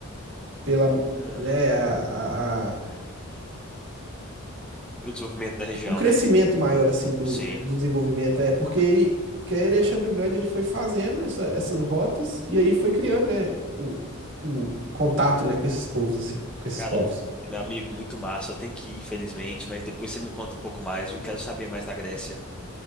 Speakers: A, on the right; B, in the centre.
A: pela,
B: ah,
A: né, a, a- a-
B: o desenvolvimento da região,
A: o crescimento
B: né?
A: maior, assim, do,
B: Sim.
A: do desenvolvimento, é, porque, porque aí Alexandre o Grande, ele foi fazendo essa- essas rotas, e aí foi criando, né, o, o contato, né, com esses povos, assim, com esses
B: Cara,
A: povos.
B: meu amigo, muito massa. Eu tenho que ir, infelizmente, mas depois você me conta um pouco mais, viu? Quero saber mais da Grécia.